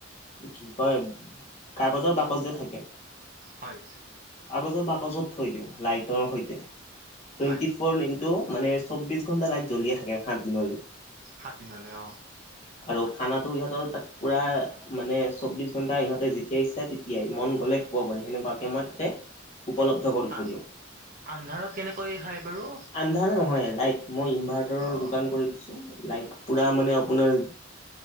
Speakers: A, on the left (about 30°); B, on the right (about 40°).
A: কি কয় কাগজৰ বাকচ যে থাকে।
B: হয়।
A: কাগৰ বাকছত থৈ দিওঁ লাইটৰ সৈতে টুৱেন্টি
B: হয়
A: ফৰ ইন টো মানে চৌবিশ ঘণ্টা লাইত জ্বলিয়ে থাকে সাত দিনলৈ।
B: সাত দিনলৈ অ,
A: আৰু খানাতো ইহঁতৰ তাত পুৰা মানে চৌবিশ ঘণ্টা ইহঁতে যেতিয়াই ইচ্ছা ইয়া মন গ'লে খাব পাৰে সেনেকুৱাকে মই তাতে, উপলব্ধ কৰি থৈ
B: আ
A: দিওঁ।
B: আন্ধাৰত কেনেকৈ খাই বাৰু,
A: আন্ধাৰ নহয় লাইট মই ইনভাৰ্টাৰৰ
B: অ
A: যোগান কৰি দিছোঁ লাইট পুৰা মানে আপোনাৰ।